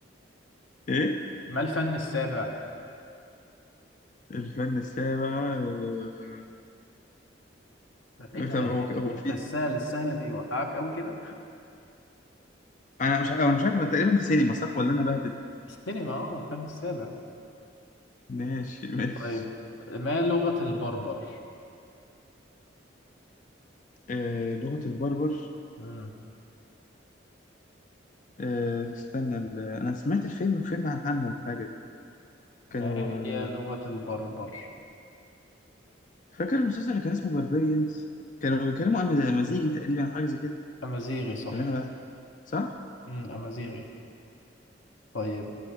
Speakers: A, on the left; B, on the left.
A: ايه
B: ما الفن السابع
A: الفن السابع آه،
B: ايه ده
A: طب هو
B: <laughs>
A: هو
B: انت
A: في
B: السهل السهل بيوقعك قوي كده
A: انا مش عارف انا مش عارف تقريبا دي سينما صح ولا انا بهبد
B: السينما اه الفن السابع
A: ماشي ماشي
B: طيب ما لغة البربر
A: آه، لغة البربر
B: امم
A: آه، استنى ال- انا سمعت الفيلم فيلم عن- عنهم حاجه كانوا
B: ما هي لغة
A: آه،
B: البربر
A: فاكر المسلسل اللي كان اسمه باربيريانز كانوا بيتكلموا عن مزيجي تقريبا حاجه زي كده
B: امازيغي صح
A: ولا انا بقى صح
B: امم امازيغي طيب